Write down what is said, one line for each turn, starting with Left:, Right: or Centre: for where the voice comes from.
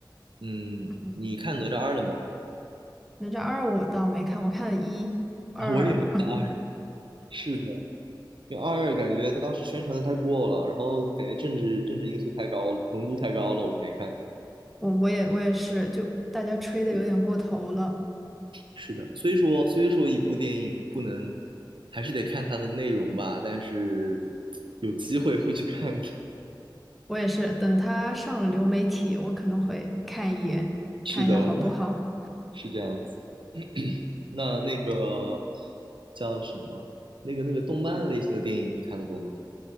Right: 嗯，
Centre: 嗯，
Right: 你看哪吒二了吗？
Centre: 哪吒二我倒没看，我看了一、嗯二、
Right: <laughs> 我也没看二，是的，因为二感觉当时宣传的太过了，然后感觉政治政治因素太高了，浓度太高了，我就没看。
Centre: 我我也我也是，就大家吹的有点过头了。
Right: 是的，虽说虽说一部电影不能，还是得看它的内容吧，但是有机会会去看的。<laughs>
Centre: 我也是，等他上了流媒体，我可能会看一眼，
Right: 是的，
Centre: 看一下好不好。
Right: 我们是这样子。那那个
Centre: 嗯，
Right: 叫什么？那个那个动漫类型的电影你看的多吗？